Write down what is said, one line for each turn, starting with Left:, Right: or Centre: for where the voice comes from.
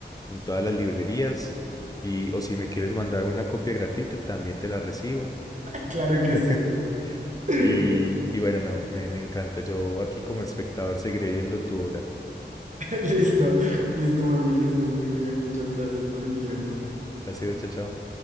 Left: en todas las librerías. Y, o si me quieres mandar una copia gratuita, también te la recibo.
Right: <laughs> Claro
Left: <laughs>
Right: que sí. <laughs>
Left: Y, y bueno, no, me, me encanta. Yo aquí como espectador seguiré viendo tu obra.
Right: Listo, listo, Manuel, que estés muy bien. Muchas gracias por el tiempo.
Left: Placer, chao, chao.